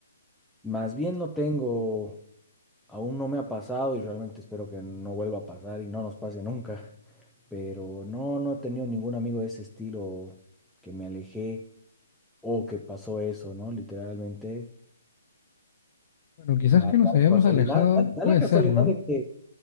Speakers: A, in the centre; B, on the left (about 40°).
A: Más bien no tengo, aún no me ha pasado y realmente espero que no vuelva a pasar y no nos pase nunca. <laughs> Pero no, no he tenido ningún amigo de ese estilo que me alejé o que pasó eso, ¿no? Literalmente.
B: Bueno, quizás
A: ma-
B: que
A: Da
B: nos
A: la
B: hayamos
A: casualidad,
B: alejado,
A: da da
B: puede
A: la casualidad
B: ser, ¿no?
A: de que